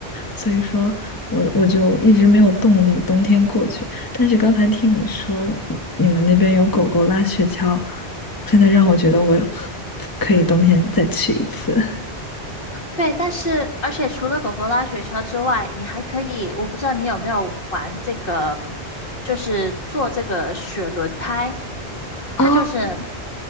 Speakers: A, on the left; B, on the left.
A: 所以说我我就一直没有动力冬天过去。但是刚才听你说你们那边有狗狗拉雪橇，真的让我觉得我很可以冬天再去一次
B: 对，但是而且除了狗狗拉雪橇之外，你还可以，我不知道你有没有玩这个，就是做这个雪轮胎，它就是
A: 啊，<laughs>